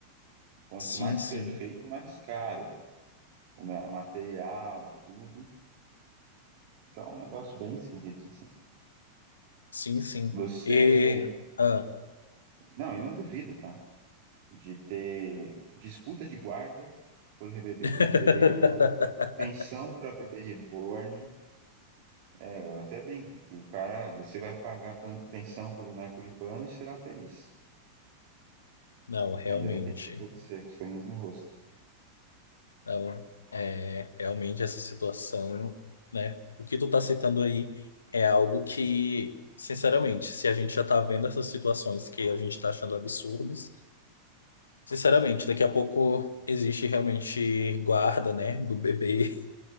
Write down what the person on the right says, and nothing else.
Quanto
mais
perfeito, mais caro o material, tudo Então é um negócio bem esquisito, assim.
Você.
Não, e não duvida, tá? De ter disputa de guarda por bebê,
bebê reborn, pensão pra bebê reborn. É, eu até brinco que o cara, você vai pagar pan- pensão pro boneco de pano e será feliz.
Ainda vai ter que agradecer com sorriso no rosto.